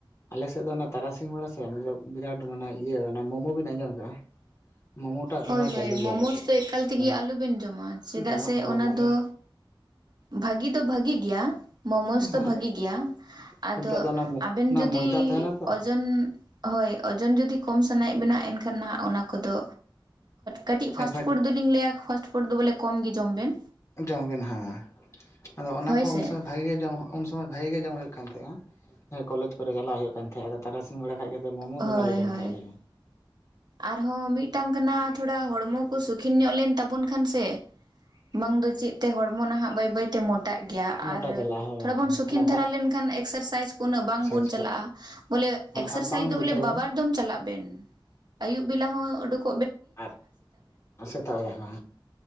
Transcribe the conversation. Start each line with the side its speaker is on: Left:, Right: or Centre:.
Left: ᱟᱞᱮ ᱥᱮᱫ ᱫᱚ ᱚᱱᱟ ᱛᱟᱨᱟᱥᱤᱧ ᱵᱮᱲᱟ ᱥᱮᱫ ᱫᱚ ᱵᱤᱨᱟᱴ ᱢᱟᱱᱮ ᱤᱭᱟᱹ ᱚᱱᱟ ᱢᱳᱢᱳ ᱵᱤᱱ ᱟᱸᱡᱚᱢ ᱟᱠᱟᱜᱼᱟ᱾ ᱢᱳᱢᱳ ᱴᱟᱜ ᱫᱚᱢᱮ
Right: ᱦᱳᱭ
Left: ᱪᱟᱹᱞᱩ
Right: ᱦᱳᱭ
Left: ᱜᱮᱭᱟ
Right: ᱢᱳᱢᱳᱥ
Left: ᱟᱞᱮ ᱥᱮᱫ ᱫᱚ ᱦᱟᱸᱜ
Right: ᱮᱠᱟᱞ ᱛᱮᱜᱮ ᱟᱞᱚᱵᱮᱱ ᱡᱚᱢᱟ
Left: <inaudible>
Right: ᱪᱮᱫᱟᱜ
Left: ᱡᱚᱢᱟᱜ
Right: ᱥᱮ
Left: ᱦᱳᱭ
Right: ᱚᱱᱟ
Left: ᱢᱟᱢᱳ
Right: ᱫᱚ
Left: <inaudible>
Right: ᱵᱷᱟᱹᱜᱤ ᱫᱚ ᱵᱷᱟᱹᱜᱤ ᱜᱮᱭᱟ ᱢᱳᱢᱳᱡᱽ
Left: ᱦᱮᱸ
Right: ᱫᱚ ᱵᱷᱟᱹᱜᱤ ᱜᱮᱭᱟ ᱟᱫᱚ
Left: ᱠᱤᱱᱛᱩ ᱚᱱᱟ
Right: ᱟᱵᱮᱱ
Left: ᱚᱱᱟ
Right: ᱡᱩᱫᱤ
Left: ᱢᱚᱭᱫᱟ ᱛᱟᱦᱮᱱᱟ ᱛᱚ
Right: ᱳᱡᱚᱱ ᱦᱳᱭ ᱳᱡᱚᱱ ᱡᱩᱫᱤ ᱠᱚᱢ ᱥᱟᱱᱟᱭᱮᱫ ᱵᱤᱱᱟ ᱮᱱᱠᱷᱟᱱ ᱱᱟᱦᱟᱜ ᱚᱱᱟ ᱠᱚᱫᱚ ᱠᱟᱹᱴᱤᱡ
Left: ᱮᱵᱷᱚᱭᱮᱰ
Right: ᱯᱷᱟᱥᱴ ᱯᱷᱩᱰ ᱫᱚ ᱞᱤᱧ ᱞᱟᱹᱭᱟ ᱯᱷᱟᱥᱴ ᱯᱷᱩᱰ ᱫᱚ ᱠᱚᱢ ᱜᱮ ᱡᱚᱢ ᱵᱮᱱ᱾
Left: ᱡᱚᱢ ᱵᱤᱱ ᱱᱟᱦᱟᱜ ᱟᱫᱚ ᱚᱱᱟ
Right: ᱦᱳᱭ
Left: ᱠᱚ
Right: ᱥᱮ
Left: ᱩᱱ ᱥᱚᱢᱚᱭ ᱵᱷᱟᱜᱮ ᱜᱮ ᱡᱚᱢ ᱩᱱ ᱥᱚᱢᱚᱭ ᱵᱷᱟᱜᱮ ᱜᱮ ᱡᱚᱢ ᱦᱩᱭᱩᱜ ᱠᱟᱱ ᱛᱟᱦᱮᱜ-ᱟ ᱠᱚᱞᱮᱡᱽ ᱠᱚᱨᱮ ᱪᱟᱞᱟᱜ ᱦᱩᱭᱩᱜ ᱠᱟᱱ ᱛᱟᱦᱮᱜ-ᱟ ᱟᱫᱚ ᱛᱟᱨᱟᱥᱤᱧ ᱵᱮᱲᱟ ᱠᱷᱟ ᱟᱫᱚ ᱢᱳᱢᱳ
Right: ᱦᱳᱭ
Left: ᱫᱚᱢᱮᱞᱮ ᱡᱚᱢ
Right: ᱦᱳᱭ
Left: ᱛᱟᱦᱮᱸ ᱞᱟᱹᱭᱢᱮ
Right: ᱟᱨᱦᱚᱸ ᱢᱤᱫᱴᱟᱝ ᱠᱟᱱᱟ ᱛᱷᱚᱲᱟ ᱦᱚᱲᱢᱚ ᱠᱚ ᱥᱩᱠᱷᱤᱱ ᱧᱚᱜ ᱞᱮᱱ ᱛᱟᱵᱚᱱ ᱠᱷᱟᱱ ᱥᱮ ᱵᱟᱝ ᱫᱚ ᱪᱮᱫ ᱛᱮ ᱦᱚᱲᱢᱚ ᱱᱟᱦᱟᱜ ᱵᱟᱹᱭ ᱵᱟᱹᱭ ᱛᱚ ᱢᱚᱴᱟᱜ ᱜᱮᱭᱟ
Left: ᱢᱚᱴᱟ
Right: ᱟᱨ
Left: ᱪᱟᱞᱟᱜᱼᱟ ᱦᱳᱭ
Right: ᱛᱷᱚᱲᱟ ᱵᱚᱱ ᱥᱩᱠᱷᱤᱱ
Left: ᱚᱱᱟ
Right: ᱫᱷᱟᱨᱟ
Left: ᱫᱟᱜ
Right: ᱞᱮᱱᱠᱷᱟᱱ ᱮᱠᱥᱟᱨᱥᱟᱭᱤᱡᱽ ᱩᱱᱟᱹᱜ ᱵᱟᱝ
Left: ᱥᱟᱭᱤᱡ
Right: ᱵᱚᱱ ᱪᱟᱞᱟᱜ-ᱟ
Left: ᱠᱚ
Right: ᱵᱚᱞᱮ ᱮᱠᱥᱟᱨᱥᱟᱭᱤᱡᱽ
Left: ᱟᱨ ᱵᱟᱝ
Right: ᱫᱚ
Left: ᱵᱩᱡᱷᱟᱹᱣᱟ
Right: ᱵᱚᱞᱮ ᱵᱟᱵᱟᱨ ᱫᱚ ᱪᱟᱞᱟᱜ ᱵᱮᱱ ᱟᱹᱭᱩᱵ ᱵᱮᱞᱟ ᱦᱚᱸ ᱩᱰ
Left: ᱟᱯ ᱟᱪᱪᱷᱟ ᱛᱟᱞᱦᱮ ᱢᱟ